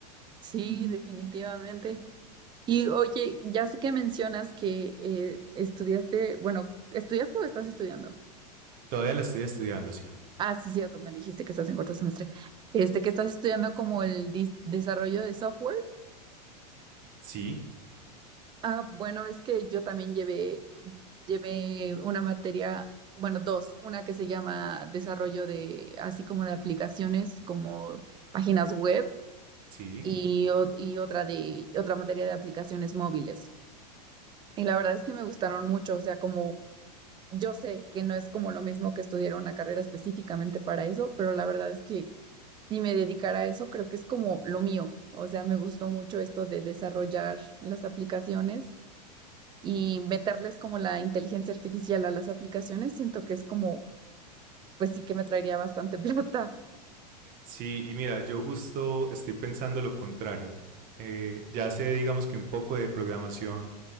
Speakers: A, on the right; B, on the right.
A: Sí, definitivamente. Y oye, ya sé que mencionas que eh, estudiaste, bueno, ¿estudiaste o estás estudiando?
B: Todavía la estoy estudiando, sí.
A: Ah, sí, cierto, me dijiste que estás en cuarto semestre. Este, que estás estudiando como el dis- desarrollo de software.
B: Sí,
A: Ah, bueno, es que yo también llevé, llevé una materia, bueno, dos, una que se llama desarrollo de, así como de aplicaciones, como páginas web,
B: sí.
A: y, o- y otra de, otra materia de aplicaciones móviles. Y la verdad es que me gustaron mucho, o sea, como yo sé que no es como lo mismo que estudiar una carrera específicamente para eso, pero la verdad es que si me dedicara a eso, creo que es como lo mío. O sea, me gustó mucho esto de desarrollar las aplicaciones y meterles como la inteligencia artificial a las aplicaciones. Siento que es como, pues sí que me traería bastante <laughs> plata.
B: Sí, y mira, yo justo estoy pensando lo contrario. Eh, ya sé, digamos que un poco de programación